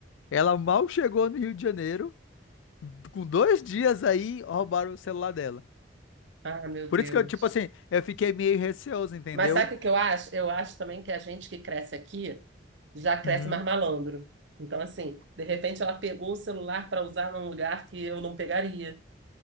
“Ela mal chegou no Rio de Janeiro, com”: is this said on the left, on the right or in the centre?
Left